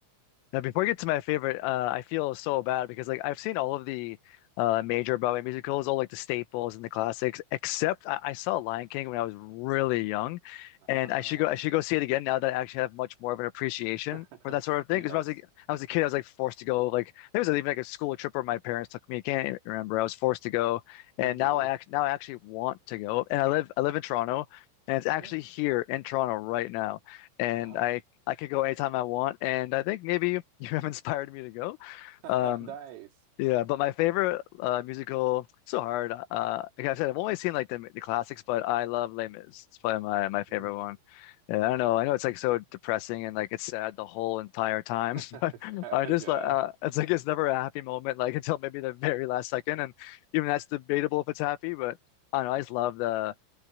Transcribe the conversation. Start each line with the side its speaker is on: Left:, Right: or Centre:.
Left: Now, before I get to my favorite, uh, I feel so bad because like I've seen all of the uh, major Broadway musicals, all like the staples and the classics, except I, I saw Lion King when I was really young,
Right: Ah.
Left: and I should go. I should go see it again now that I actually have much more of an appreciation
Right: <laughs>
Left: for that sort of thing.
Right: Yes.
Left: Because when I was like, I was a kid, I was like forced to go. Like there was even like a school trip where my parents took me. I can't remember. I was forced to go, and
Right: hmm
Left: now I act now I actually want to go. And I live I live in Toronto, and it's actually
Right: Yeah.
Left: here in Toronto right now. And
Right: Ah,
Left: I I could go anytime I want, and I think maybe you <laughs> have inspired me to go.
Right: <laughs>
Left: Um,
Right: nice.
Left: yeah, but my favorite uh, musical, so hard. Uh, like I said, I've only seen like the, the classics, but I love Les Mis. It's probably my my favorite
Right: Mm.
Left: one. Yeah, I don't know. I know it's like so depressing and like it's sad the whole entire time,
Right: <laughs>
Left: <laughs> but
Right: Yeah,
Left: I just
Right: yeah,
Left: like uh, it's like it's never a happy moment, like <laughs> until maybe the very last second, and even that's debatable if it's happy. But I don't know. I just love the